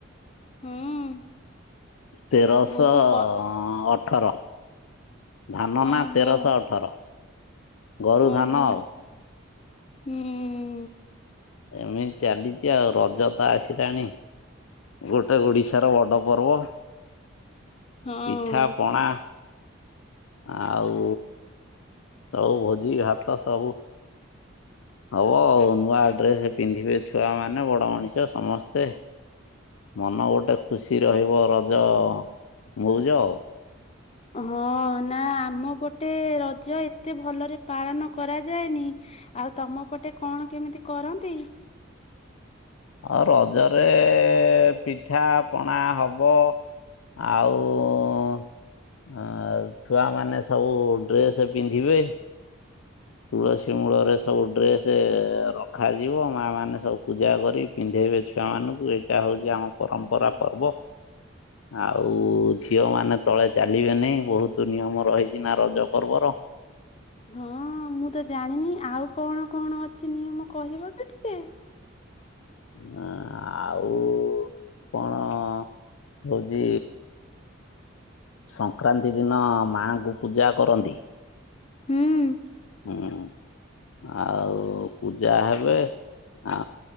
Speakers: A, on the left; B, on the left.
A: ହୁଁ
B: ତେରଶହ
A: ଆ ବହୁତ କ
B: ଅଠର। ଧାନ ନାଁ
A: ଓହୋ
B: ତେରଶହ ଅଠର ଗୋରୁ
A: ଓହୋ
B: ଧାନ ଆଉ।
A: ହୁଁ।
B: ଏମିତି ଚାଲିଚି ଆଉ ରଜ ତ ଆସିଲାଣି। ଗୋଟେ ଓଡିଶାର ବଡ ପର୍ବ।
A: ହଁ
B: ପିଠାପଣା ଆଉ ସବୁ ଭୋଜି ଭାତ ସବୁ ହବ ନୂଆ ଡ୍ରେସ୍ ପିନ୍ଧିବେ ଛୁଆ ମାନେ ବଡ ମଣିଷ ସମସ୍ତେ। ମନ ଗୋଟେ ଖୁସି ରହିବ ରଜ ମଉଜ ଆଉ।
A: ହଁ ନାଁ ଆମ ପଟେ ରଜ ଏତେ ଭଲରେ ପାଳନ କରାଯାଏନି। ଆଉ ତମ ପଟେ କଣ କେମିତି କରନ୍ତି?
B: ଆଉ ରଜରେ ପିଠା ପଣା ହବ। ଆଉ ଆ ଛୁଆମାନେ ସବୁ ଡ୍ରେସ ପିନ୍ଧିବେ। ତୁଳସୀ ମୂଳରେ ସବୁ ଡ୍ରେସ ରଖାଯିବ ମା ମାନେ ସବୁ ପୂଜା କରି ପିନ୍ଧେଇବେ ଛୁଆ ମାନଙ୍କୁ। ଏଇଟା ହଉଛି ଆମ ପରମ୍ପରା ପର୍ବ। ଆଉ ଝିଅ ମାନେ ତଳେ ଚାଲିବେନି। ବହୁତ ନିୟମ ରହିଛି ନା ରଜ ପର୍ବର।
A: ହଁ ମୁଁ ତ ଜାଣିନି ଆଉ କଣ କଣ ଅଛି ନିୟମ କହିବ କି ଟିକେ?
B: ହଁ ଆଉ କଣ? ହଉଛି ସଂକ୍ରାନ୍ତି ଦିନ ମାଙ୍କୁ ପୂଜା କରନ୍ତି।
A: ହୁଁ।
B: ହୁଁ ଆଉ ପୂଜା ହେବେ ଆ